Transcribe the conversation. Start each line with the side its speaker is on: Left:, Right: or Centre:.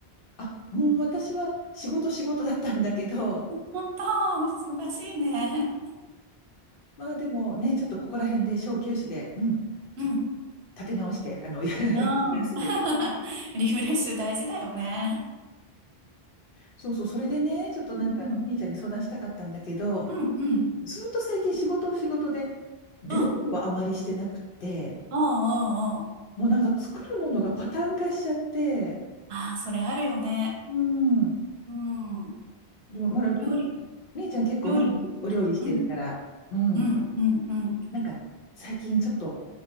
Left: あもう私は仕事仕事だったんだけど、
Right: 本当、忙しいね。
Left: まあでもね、ちょっとここら辺で小休止で、うん、
Right: うん。
Left: ちょっと立て直して、あの、<laughs> 休めて。
Right: うん。<laughs> リフレッシュ大事だよね。
Left: そうそう、それでね、ちょっとなんか、
Right: うんうん。
Left: 兄ちゃんに相談したかったんだけど、
Right: うんうん。
Left: ずっと最近仕事仕事で、料理はあまりしてなくて、
Right: うんうんうんうん。
Left: もうなんか作るものがパターン化しちゃって、
Right: ああ、それあるよね。
Left: うん。
Right: うん。
Left: でも、ほら、み
Right: 料理、
Left: みーちゃん結構毎日お料理してるから、
Right: 料理。うん、
Left: うん。
Right: うん、うん、うん。
Left: なんか最近ちょっと